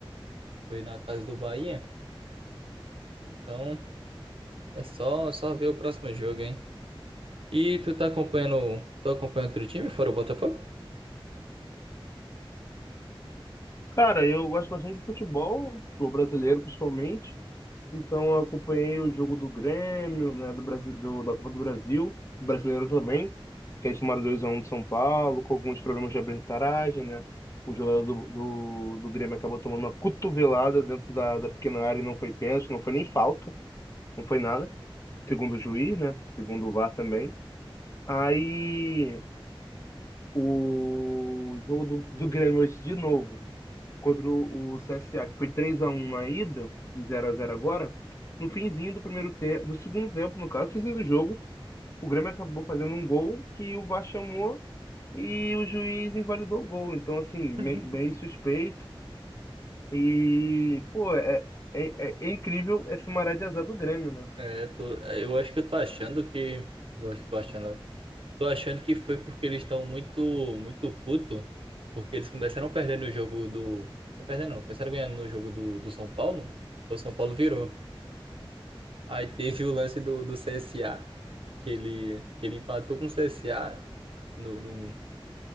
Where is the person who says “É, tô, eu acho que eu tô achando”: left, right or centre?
Right